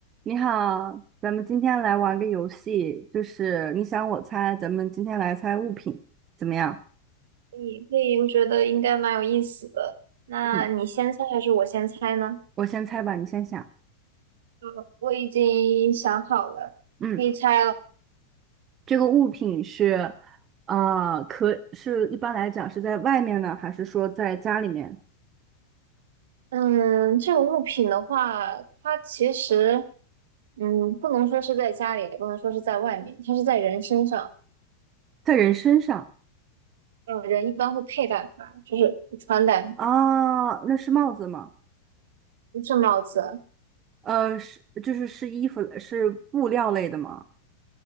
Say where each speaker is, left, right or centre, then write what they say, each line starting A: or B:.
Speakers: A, on the right; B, on the right.
A: 你好，咱们今天来玩个游戏，就是你想我猜，咱们今天来猜物品，怎么样？
B: 可以可以，我觉得应该蛮有意思的。那你先猜还是我先猜呢？
A: 嗯，我先猜吧，你先想。
B: 呃我已经想好了，
A: 嗯，
B: 你可以猜了。
A: 这个物品是，啊，可是一般来讲是在外面呢，还是说在家里面，
B: 嗯，这种物品的话，它其实嗯，不能说是在家里，也不能说是在外面，它是在人身上。
A: 在人身上？
B: 嗯，人一般会佩戴它，就是穿戴，
A: 啊，那是帽子吗？
B: 不是帽子。
A: 呃，是，就是是衣服，是布料类的吗？